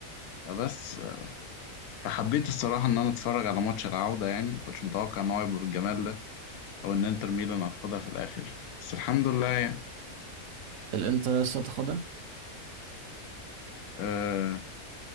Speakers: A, on the left; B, on the right.
A: بس فحبيت الصراحة إن أنا أتفرج على ماتش العودة يعني مكنتش متوقع إن هو يبقى بالجمال ده أو إن إنتر ميلان هتاخدها في الآخر بس الحمد لله يعني
B: الانتر لسه تاخدها
A: آه،